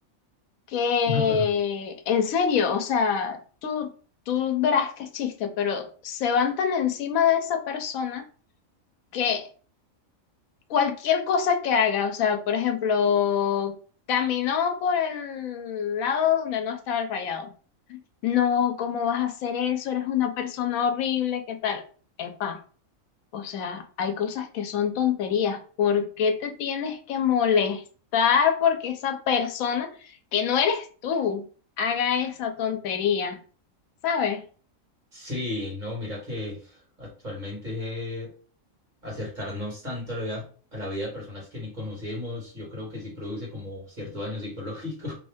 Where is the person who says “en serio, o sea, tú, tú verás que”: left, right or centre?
Left